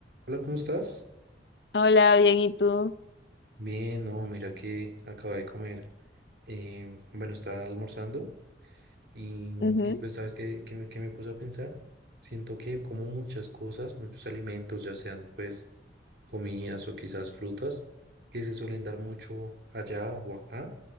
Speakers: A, on the right; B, on the left.
A: Hola, ¿cómo estás?
B: Hola, bien, ¿y tú?
A: Bien, no, mira que acabo de comer. Eh, bueno, estaba almorzando y,
B: Ujú.
A: y pues, ¿sabes qué, qué me, qué me puse a pensar? Siento que como muchas cosas, muchos alimentos, ya sean pues comidas o quizás frutas, que se suelen dar mucho allá o acá